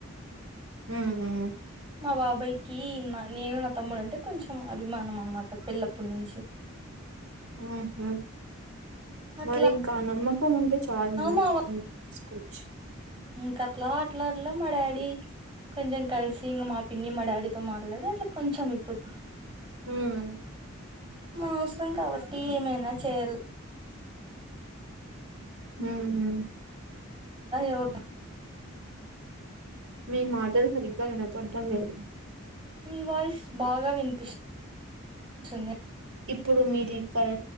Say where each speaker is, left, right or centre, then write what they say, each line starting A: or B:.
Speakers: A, on the right (about 85°); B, on the right (about 20°).
A: హ్మ్మ్
B: మా బాబాయ్కి నా నేను నా తమ్ముడు అంటే కొంచెం అభిమానం అనమాట పెళ్లపటి నుంచి
A: ఆహా
B: అట్లా
A: మరింకా నమ్మ పుక్కం ఉంటే చాల ఉంది
B: మా
A: తీసుకోచ్చు
B: కత్లా ఆట్లాడ మా డాడీ కొంచెం కలిసి ఇం మా పిన్ని మా డాడీతో మాట్లాడి అట్లా కొంచెం ఇప్పుడు
A: హుమ్మ్
B: మన అవసరం కాబట్టి ఏమైనా చేయాలి
A: ఉహు
B: ఎవట
A: మీ మాటలు సరిగ్గా వినపడటడం లేదు
B: మీ వాయిస్ బాగా వినిపిస్తుంది
A: ఇప్పుడు మీది పర్